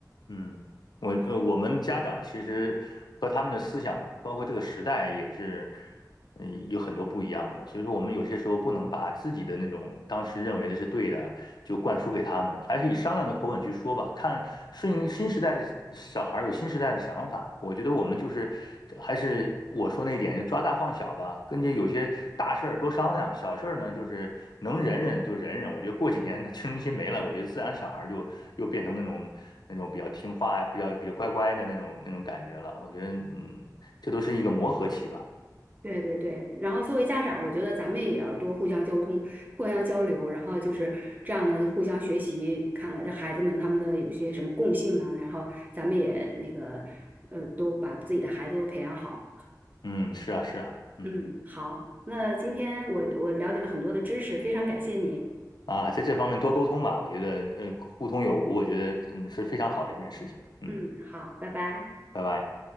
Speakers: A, on the left; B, on the right.
A: 嗯。我呃，我们家长其实和他们的思想，包括这个时代，也是嗯，有很多不一样的，所以说我们有些时候不能把自己的那种当时认为的是对的，就灌输给他们，还是以商量的口吻去说吧。看顺应新时代的小孩儿有新时代的想法，我觉得我们就是还是我说那一点，就抓大放小吧，跟这有些大事儿多商量，小事儿呢就是能忍忍就忍忍。我觉得过几年呢青春期没了，我觉得自然小孩儿就又变成那种那种比较听话呀，比较比较乖乖的那种那种感觉了。我觉得嗯，这都是一个磨合期吧。
B: 对对对，然后作为家长，我觉得咱们也要多互相交通、互相交流，然后就是这样的互相学习，看看这孩子们他们的有些什么共性啊，然后咱们也那个呃，都把自己的孩子都培养好。
A: 嗯，是啊，是啊，嗯，
B: 嗯，好，那今天我我了解了很多的知识，非常感谢你。
A: 啊，在这方面多沟通吧，我觉得，呃，互通有无，我觉得，嗯，是非常好的一件事情。嗯，
B: 嗯，好，拜拜。
A: 拜拜。